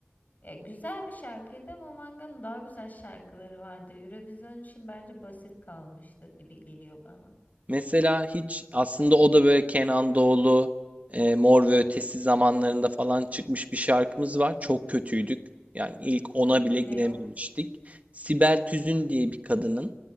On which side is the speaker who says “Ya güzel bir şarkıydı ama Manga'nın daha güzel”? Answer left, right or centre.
Left